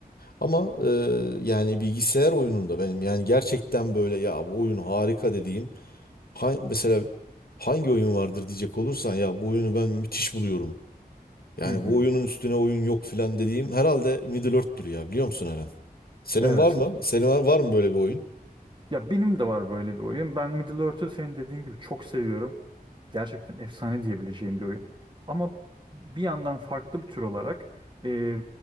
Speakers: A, on the left; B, on the right.
A: Ama e, yani bilgisayar oyununda benim yani gerçekten böyle ya bu oyun harika dediğim ha- mesela hangi oyun vardır diyecek olursan ya bu oyunu ben müthiş buluyorum. Yani
B: Hı hı.
A: bu oyunun üstüne oyun yok filan dediğim herhalde Middle Earth'tür ya biliyor musun Eren? Senin
B: Evet.
A: var mı? Senin var, var mı böyle bir oyun?
B: Ya benim de var böyle bir oyun. Ben Middle-earth'ü senin dediğin gibi çok seviyorum. Gerçekten efsane diyebileceğim bir oyun. Ama bir yandan farklı bir tür olarak e,